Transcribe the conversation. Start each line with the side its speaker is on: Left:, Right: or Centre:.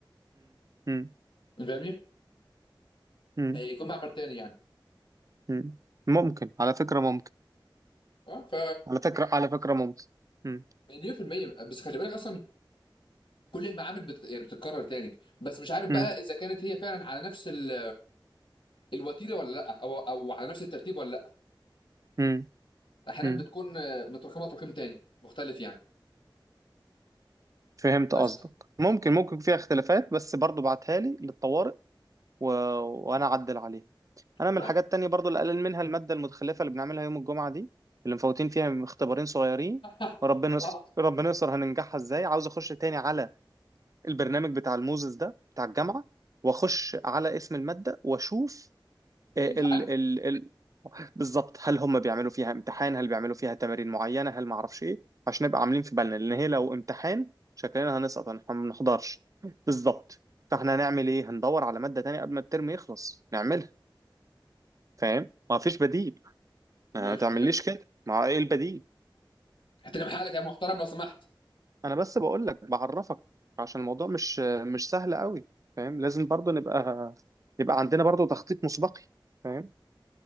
Right: امم
Left: فاهمني
Right: مم.
Left: هيكون معمل تاني يعني
Right: مم. ممكن على فكرة ممكن
Left: اه ف
Right: على فكرة على فكرة ممكن مم.
Left: مليون في المية بس خلي بالك اصلا كل المعامل بت... يعني بتتكرر تاني بس مش عارف بقى
Right: مم.
Left: اذا كانت هي فعلا على نفس ال... الوتيره ولا لا او او على نفس الترتيب ولا لا
Right: مم.
Left: احيانا
Right: مم.
Left: بتكون آه، متراكمه تراكم تاني مختلف يعني
Right: فهمت
Left: بس
Right: قصدك ممكن ممكن فيها اختلافات بس برضو بعتها لي للطوارئ و... وانا اعدل عليها انا من
Left: تمام
Right: الحاجات التانية برضو اللي قلل منها المادة المتخلفة اللي بنعملها يوم الجمعة دي اللي مفوتين فيها اختبارين صغيرين
Left: <laughs>
Right: وربنا يستر
Left: اه
Right: ربنا يستر هننجحها ازاي عاوز اخش تاني على البرنامج بتاع الموزس ده بتاع الجامعة واخش على اسم المادة واشوف ال
Left: الامتحان
Right: ال ال بالظبط هل هم بيعملوا فيها امتحان هل بيعملوا فيها تمارين معينة هل ما اعرفش ايه عشان نبقى عاملين في بالنا لان هي لو امتحان شكلنا هنسقط هن- ما بنحضرش بالظبط فاحنا هنعمل ايه هندور على مادة تانية قبل ما الترم يخلص نعملها فاهم ما فيش بديل ما
Left: ماشي
Right: تعمليش
Left: ماشي.
Right: كده ما ايه البديل
Left: احترم حالك يا محترم لو سمحت
Right: انا بس بقول لك بعرفك عشان الموضوع مش مش سهل قوي فاهم لازم برضو نبقى يبقى عندنا برضو تخطيط مسبقي فاهم